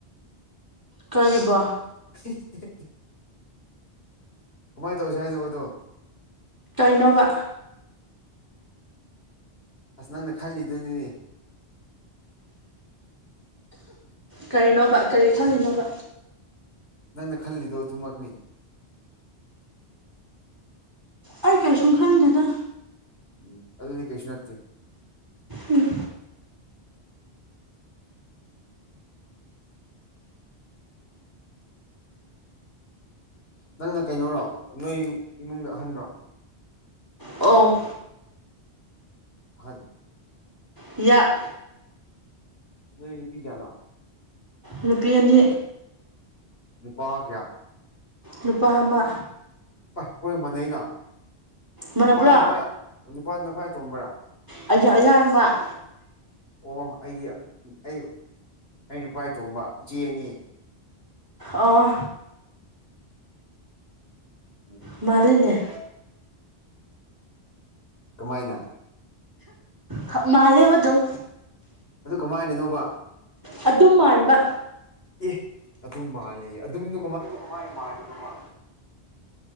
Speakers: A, on the right; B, on the left.
A: ꯀꯩꯕꯣ
B: <unintelligible> ꯀꯃꯥꯏ ꯇꯧꯁꯤ ꯍꯥꯏꯅꯣꯕꯗꯣ
A: ꯀꯩꯅꯣꯕ
B: ꯑꯁ ꯅꯪꯅ ꯈꯜꯂꯤꯗꯨꯅꯤꯅꯦ
A: ꯀꯔꯤꯅꯣꯕ ꯀꯔꯤ ꯈꯜꯂꯤꯅꯣꯕ
B: ꯅꯪꯅ ꯈꯜꯂꯤꯗꯣ ꯑꯗꯨꯃꯛꯅꯤ
A: ꯑꯩ ꯀꯩꯁꯨꯝ ꯈꯟꯗꯦꯗ
B: ꯎꯝ ꯑꯗꯨꯗꯤ ꯀꯩꯁꯨ ꯅꯠꯇꯦ
A: ꯎꯝ
B: ꯅꯪꯅ ꯀꯩꯅꯣꯔꯣ ꯅꯣꯏ ꯏꯃꯨꯡꯗ ꯑꯍꯟꯔꯣ
A: ꯑꯣ
B: ꯑꯍꯟ
A: ꯌꯥꯛ
B: ꯅꯣꯏ ꯅꯨꯄꯤ ꯀꯌꯥꯅꯣ
A: ꯅꯨꯄꯤ ꯑꯅꯤ
B: ꯅꯨꯄꯥ ꯀꯌꯥ
A: ꯅꯨꯄꯥ ꯑꯃꯥ
B: ꯑꯥ ꯑꯩꯈꯣꯏꯒ ꯃꯥꯟꯅꯩꯅ
A: ꯃꯥꯟꯅꯕ꯭ꯔꯣ
B: ꯅꯨꯄꯥꯗꯨꯅ ꯈ꯭ꯋꯥꯏ ꯅꯨꯄꯥꯗꯨꯅ ꯈ꯭ꯋꯥꯏ ꯑꯇꯣꯟꯕ꯭ꯔꯥ
A: <unintelligible> ꯌꯥꯏꯃ
B: ꯑꯣ ꯑꯩꯗꯤ ꯑꯩ ꯑꯩꯅ ꯈ꯭ꯋꯥꯏ ꯑꯇꯣꯝꯕ ꯏꯆꯦ ꯑꯅꯤ
A: ꯑꯣ
B: ꯎꯝ
A: ꯃꯥꯜꯂꯤꯅꯦ
B: ꯀꯃꯥꯏꯅ
A: ꯍꯥ ꯃꯥꯜꯂꯦꯕ ꯗꯨꯝ
B: ꯑꯗꯨ ꯀꯃꯥꯏꯅꯅꯣꯕ
A: ꯑꯗꯨꯝ ꯃꯥꯟꯕ
B: ꯑꯦ ꯑꯗꯨꯝ ꯃꯥꯜꯂꯦ ꯑꯗꯨꯝꯗꯨ
A: ꯀꯃꯥꯢ ꯃꯥꯜꯂꯤꯅꯣꯕ